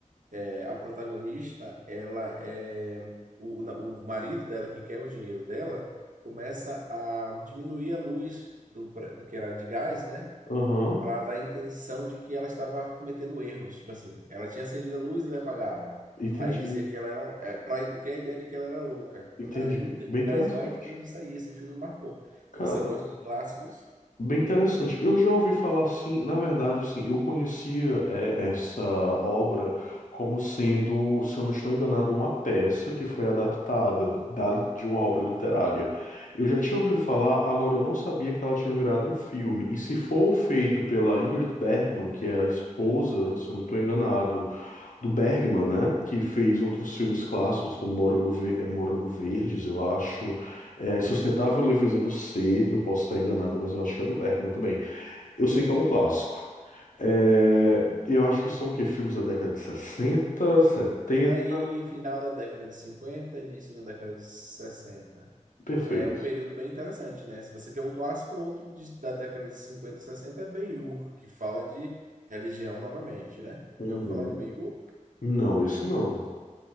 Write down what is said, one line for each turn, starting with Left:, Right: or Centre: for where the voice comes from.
Right: é, a protagonista, ela é... O, o marido dela, que quer o dinheiro dela, começa a diminuir a luz do, que era de gás, né?
Left: Aham,
Right: Ela dá a intenção de que ela estava cometendo erros, tipo assim, ela tinha acendido a luz e ele apagava.
Left: entendi,
Right: Aí dizia que ela era, é, para criar a ideia de que ela era louca.
Left: entendi.
Right: Aí o termo
Left: Bem interessante.
Right: Gaslight vem disso aí, esse filme marcou.
Left: Cara,
Right: Se você gosta de clássicos,
Left: bem interessante. Eu já ouvi falar assim, na verdade, assim, eu conhecia é, essa obra como sendo, se eu não estou enganado, uma peça que foi adaptada da li- de uma obra literária. Eu já tinha ouvido falar, agora eu não sabia que ela tinha virado um filme. E se for feito pela Ingrid Bergman, que é a esposa, se eu não estou enganado. do Bergman, né? Que fez outros
Right: sim,
Left: filmes clássicos, como Morango, Ve- eh, Morango Verdes, eu acho. É, Sustentável Leveza do Ser, eu posso estar enganado, mas eu acho que é do Bergman também. Eu sei que é um clássico. É,
Right: sim.
Left: eu acho que são o quê? Filmes da década de sessenta setenta
Right: Por aí, final da década de 50, início da década de sessenta,
Left: Perfeito.
Right: É um período bem interessante, né? Se você quer um clássico, outro de- da década de 50 e 60 é Ben-Hur, que fala de religião novamente, né?
Left: Uhum.
Right: Já ouviu falar de Ben-Hur?
Left: Não, esse não.